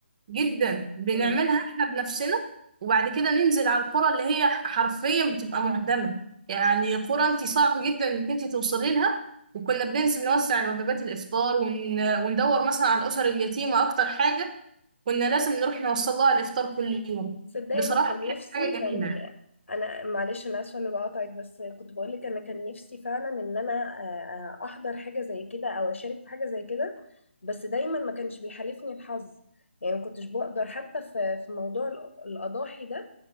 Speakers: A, on the right; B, on the left.
A: جدا بنعملها
B: مم.
A: احنا بنفسنا وبعد كده ننزل على القرى اللي هي حرفيا بتبقى معدمة يعني قرى انت صعب جدا انك انت توصلي لها وكنا بننزل نوزع وجبات الافطار ون... وندور مثلا على الاسر اليتيمة اكتر حاجة كنا لازم نروح نوصل لها الافطار كل يوم
B: صدقني
A: بصراحة
B: انا كان
A: كانت
B: نفسي
A: حاجة جميلة
B: يعني انا معلش انا اسفه اني بقاطعك بس كنت بقول لك انا كان نفسي فعلا ان انا آه، آه، احضر حاجه زي كده او اشارك في حاجه زي كده بس دايما ما كانش بيحالفني الحظ يعني ما كنتش بقدر حتى في في موضوع الأ- الاضاحي ده